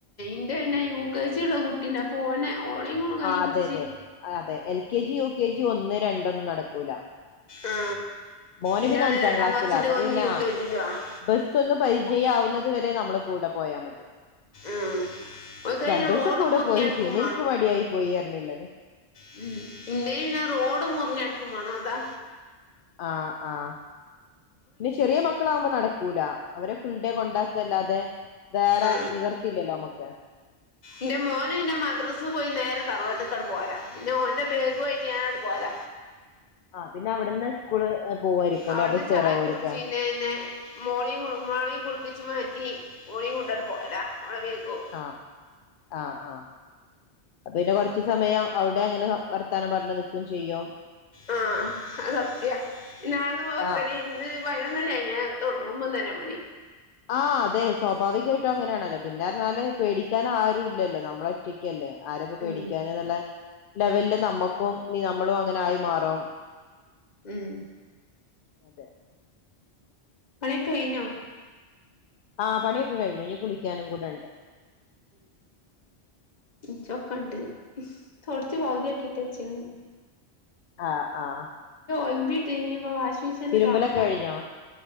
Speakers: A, on the left (about 40°); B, on the left (about 60°).
A: ന്റെ പിന്നെ യു കെ ജി ഉള്ള കുട്ടീനെ പോനെ ഓളി കൈ
B: അതെ
A: പിടിച്ച്
B: അതെ ആഹ് അതെ L K G U K G ഒന്ന് രണ്ട ഒന്നും നടക്കൂല
A: ആ
B: മോന്
A: എൻ്റെ
B: പിന്നെ അഞ്ചാം
A: രണ്ടാം
B: ക്ലാസ്സിലാ
A: ക്ലാസ്സില
B: അപ്പൊ
A: ഒന്ന്
B: പിന്നെ
A: യു
B: ആഹ്
A: കെ ജിയിലൂ ആണ്
B: ബസ് ഒന്ന് പരിചയ ആവുന്നത് വരെ നമ്മൾ കൂടെ പോയാ മതി
A: ഉം ഓൽക്കയിന്
B: രണ്ടു ദിവസം
A: റോഡ്
B: കൂടെ
A: മുറിഞ്ഞടുക്കും
B: പോയി പിന്നെ എനിക്ക് മടിയായി പോയി അറിഞ്ഞില്ലേ
A: <unintelligible> ഇന്ന പിന്ന റോഡ് മുറിഞ്ഞെടുക്കും വേണോ അതാ
B: ആഹ് ആഹ് പിന്നെ ചെറിയ മക്കളാകുമ്പോ നടക്കൂല അവരെ ഫുൾ ഡേ കൊണ്ടാക്കല്ലാതെ വേറെ
A: ആ
B: നിവർത്തില്ലല്ലോ നമുക്ക്
A: എന്റെ മോന് പിന്നെ മദ്രാസിൽ പോയി നേരെ തറവാത്തിക്കാട് പോരാ പിന്നെ മോന്റെ പിന്നെ ബാഗും ആയിട്ട് പോല്ല
B: ആഹ് പിന്നെ അവിടുന്ന് സ്കൂള് പോവായിരിക്കും
A: അവിടുന്ന്
B: അല്ലെ ബസ്
A: ചായ
B: കയറാവോരിക്ക
A: കുടിച്ചീന്നെന്നെ മോർണി മോർണിംഗ കുപ്പിച്ച് മാറ്റി മോർണിംഗ കൊണ്ടോട്ട് പോയരാ ഉളവേക്കും
B: അഹ് ആഹ് ആഹ് അപ്പ പിന്നെ കൊറച്ച സമയം അവിടെ അങ്ങനെ വർത്താനം പറഞ്ഞു നിൽക്കും ചെയ്യും
A: ആഹ് അ സത്യ ഇനന്ന് <unintelligible>
B: ആഹ്
A: വയനോ തന്നെ അയിന് തുടങ്ങുമ്പോ തന്നെ മണി
B: ആഹ് അതെ സ്വാഭാവികമായിട്ടും അങ്ങനെയാണല്ലോ പിന്നെഞ്ഞാല് പേടിക്കാൻ ആരുും ഇല്ലല്ലോ നമ്മളെ ഒറ്റക്കല്ലേ ആരപ്പോ പേടിക്കാന
A: ഉം
B: എന്നുള്ള ലെവലില് നമ്മുക്കും ന നമ്മളും അങ്ങനെ ആയി മാറും
A: ഉം
B: അതെ
A: പണിയൊക്കെ കഴി ഞോ
B: ആഹ് പണിയൊക്കെ കഴിഞ് ഇനി കുളിക്കാനും കൂടെ ഉണ്ട്
A: ഉം ചൊക്കണ്ട് തുടച്ച് പൗതിയാക്കിട്ട വച്ചന്ന്
B: ആഹ് ആഹ്
A: ഒമ്പിട്ട് ഇ ഇപ്പൊ വാഷിംഗ് മിഷീൻലിട്ട്
B: തിരുമ്പലൊക്കെ
A: ഒന്ന് ഓണ്ക്കണം
B: കഴിഞ്ഞോ